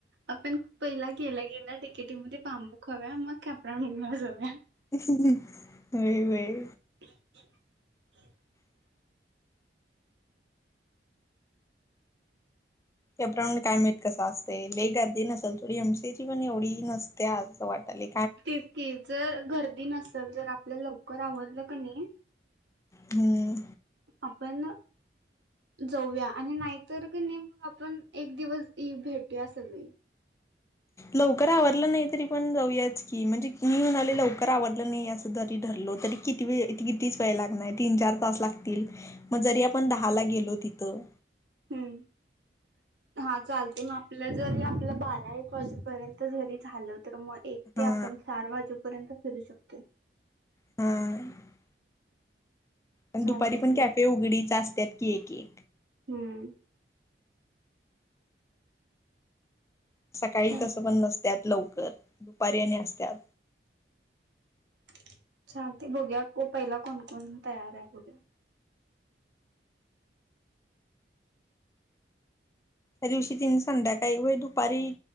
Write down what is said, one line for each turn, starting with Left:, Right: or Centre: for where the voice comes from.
Right: आपण पहिला गेला गेल्या तिकेटीमध्ये बांबू खाऊया मग कॅप राऊंड ला जाऊया.
Left: व्हंय व्हंय.
Right: <inaudible>
Left: कॅप राऊंड काय माहीत कसं असते. गर्दी नसेल थोडी एम सी याची पण एवढी नसतं असं वाटायले.
Right: तेच की जर गर्दी नसलं, जर आपलं लवकर आवरलं का नी
Left: हम्म
Right: आपण जाऊया. आणि नाहीतर की नी, मग आपण एक दिवस ई भेटूया सगळे.
Left: लवकर आवरलं नाही, तरी पण जाऊयाच की. म्हणजे मी म्हणाले लवकर आवडलं नाही असं जरी धरलो तरी किती वेळ कितीच वेळ लागणार आहे. तीन, चार तास लागतील, मग जरी आपण दहा ला गेलो तिथं
Right: हम्म हा चालते मग आपण आपलं जरी आपलं बारा, एक वाजेपर्यंत जरी झालं, तर मग एक ते
Left: हा
Right: आपण चार वाजे पर्यंत फिरू शकतोय.
Left: हम्म. पण
Right: चालते
Left: दुपारी पण
Right: की मी
Left: कॅफे उघडीच असतात की, ये की.
Right: हम्म.
Left: सकाळी
Right: चाल
Left: तसं पण नसत्यात लवकर. दुपारीने असतात.
Right: <inaudible> चालतंय बघुया, पहिला कोण कोण तयार आहे ते.
Left: त्या दिवशी तीन संध्याकाळी व दुपारी.